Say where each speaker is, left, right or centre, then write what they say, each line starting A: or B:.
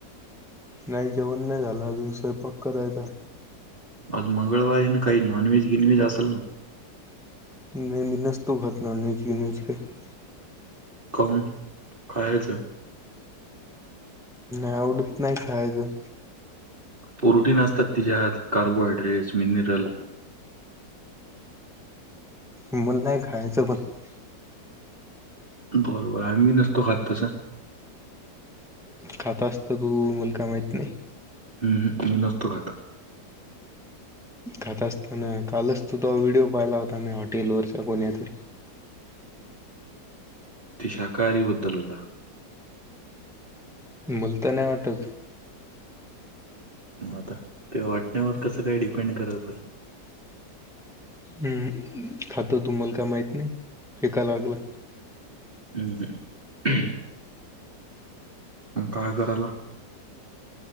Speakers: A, in the centre; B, on the right.
A: नाही जेवण नाही झालं अजून स्वयंपाक करायचं.
B: आज मंगळवारी हे ना काही नॉनव्हेज गिनव्हेज असेल ना?
A: नाही मी नसतो करत नॉनव्हेज बिनव्हेज काही
B: काौन कायच <unintelligible>
A: आवडत नाही खायचं
B: प्रोटीन असतात त्यािच्यात कार्बोहायड्रेट्स मिनरल
A: मण नाही घाहेजोपत <unintelligible>
B: बरोबर आम्ही बी नसतो खात तसा-
A: खाता असतां तू मुल का माहीत नाही.
B: हम्म हम्म मी नसतो खात.
A: खात असताना कालच तु तो व्हिडिओ पाहिला होता म हॉटेलवरच्या कोण्यातरी
B: ती शाकाहारी बद्दल होता.
A: मला तर नाही वाटतं
B: आता ते वाटण्यावर कसं काय डिपेंड करात
A: हम्म खातो तुम्हाला का माहीत नाही फेका लागला.
B: हम्म काय करायला?